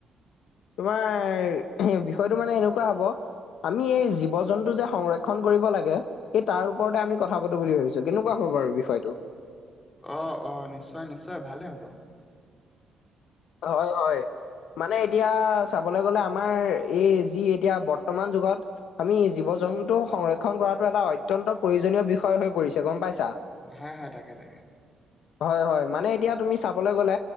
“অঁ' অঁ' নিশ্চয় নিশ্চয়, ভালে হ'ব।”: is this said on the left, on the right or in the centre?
Left